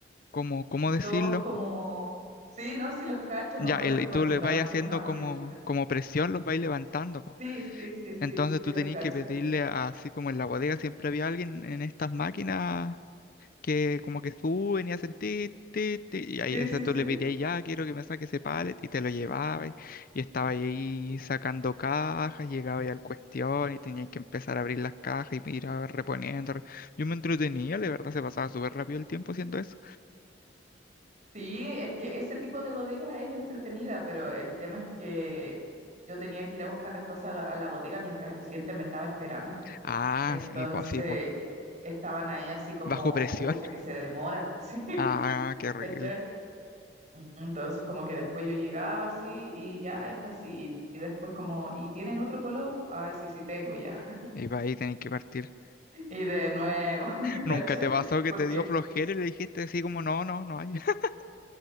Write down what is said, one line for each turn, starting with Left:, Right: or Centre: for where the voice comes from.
Left: como, ¿cómo
Right: Dos
Left: decirlo?
Right: como... Sí, no, sí los cacho.
Left: Ya,
Right: Me acuerdo
Left: el-
Right: que
Left: y
Right: cuando
Left: tú le
Right: trabajé
Left: vas haciendo
Right: en una bodega.
Left: como, como presión, los vais levantando, po.
Right: Sí, sí, sí, sí,
Left: Entonces tú
Right: sí los
Left: tenías
Right: cacho.
Left: que pedirle a- así como en la bodega siempre había alguien en estas máquinas que como que suben y hacen ti, ti, ti, y
Right: Sí,
Left: ahí ese
Right: sí,
Left: tú
Right: sí.
Left: le pedías ya, quiero que me saque ese pallet y te lo llevaba y, y estaba ahí sacando cajas, llegaba ahí al cuestión y tenía que empezar a abrir las cajas y ir a- reponiendo. Yo me entretenía, la verdad se pasaba súper rápido el tiempo haciendo eso.
Right: Sí, es que ese tipo de bodega es entretenida, pero el tema es que yo tenía que ir a buscar las cosas a la, a la bodega mientras el cliente me estaba esperando.
Left: Ah,
Right: Entonces
Left: sí, pues sí, pues,
Right: estaban ahí así como,
Left: bajo presión.
Right: pucha,
Left: <laughs>
Right: que se demora. <laughs> Sí,
Left: Ah,
Right: po,
Left: qué horrible.
Right: ¿cachai? Entonces como que después yo llegaba así y ya está así. Y después como, ¿y tienen otro color? Ay, sí, sí tengo ya.
Left: Y para ahí tenés que partir.
Right: <laughs> Y de nuevo, <laughs> ¿cachai?
Left: ¿Nunca te pasó que
Right: Porque
Left: te dio flojera y le dijiste así como, no, no, no hay? <laughs>